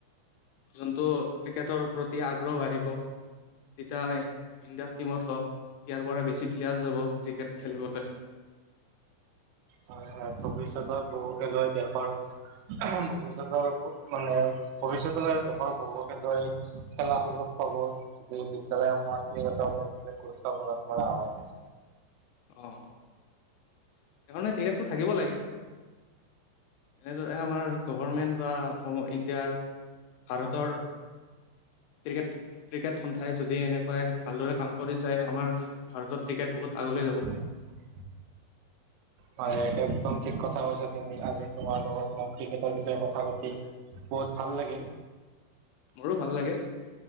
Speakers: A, on the left (about 80°); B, on the right (about 85°).
A: যোনটো ক্ৰিকেটৰ ওপৰত- তেতিয়া আগ্ৰহ বাঢ়িব, তেতিয়া ইণ্ডিয়াত টিমত হওক ইয়াৰ পৰা বেছি- প্লেয়াৰৰ্চ যাব ক্ৰিকেট খেলিবলৈ।
B: হয় হয় ভৱিষ্যতৰ বহু খেলুৱৈ দেশৰ, ভৱিষ্যতৰ ত মানে- ভৱিষ্যতলৈ দেশৰ বহুত খেলুৱৈ খেলাৰ সুযোগ পাব। যদি বিদ্যালয় সমূহত ক্ৰিকেটৰ ওপৰত বিশেষ গুৰুত্ব প্ৰদান কৰা হয়।
A: অ, সেইকাৰণে ক্ৰিকেত টো থাকিব লাগে। এনেদৰে আমাৰ গভমেণ্ট বা অসমৰ ইণ্ডিয়াৰ, ভাৰতৰ- ক্ৰিকেট, ক্ৰিকেট সন্থাই যদি এনেকৈ ভালদৰে কাম কৰি যায় আমাৰ- ভাৰতত ক্ৰিকেট বহুত আগলৈ যাব।
B: <unintelligible> হয়, একদম ঠিক কথা কৈছা তুমি, আজি তোমাৰ লগত মই ক্ৰিকেটৰ বিষয়ে কথা পাতি বহুত ভাল লাগিল।
A: মোৰো ভাল লাগিল